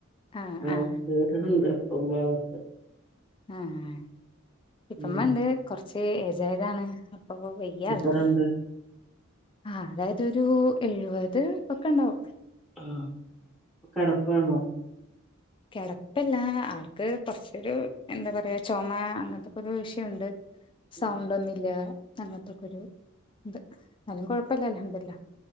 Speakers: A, on the left (about 25°); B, in the centre.
A: ആഹ്
B: അങ്ങന
A: ആഹ്
B: കേട്ട്ണ്ട് ഇപ്പ ഭാഗത്ത്
A: ആഹ് ഇപ്പമ്മണ്ട്
B: ഉം
A: കൊറച്ച് ഏജായതാണ്. ഇപ്പപ്പൊ വയ്യ
B: ഡിഫറണ്ട്
A: ആൾക്ക് ആഹ് അതായത് ഒരു എഴുപത് ഒക്കെ ഉണ്ടാവും
B: ആഹ് കെടപ്പാണോ
A: കെടപ്പല്ല അൾക്ക് കൊറചൊരു എന്താ പറയാ ചുമ അങ്ങനത്തെക്കെ ഒരു വിഷയണ്ട് <unintelligible> സൗണ്ടൊന്നുല്ല്യ
B: ഉം.
A: അങ്ങനത്തക്കൊരു ഇത്. എന്നാലും കൊഴപ്പല്ല അൽഹംദുലില്ലാഹ്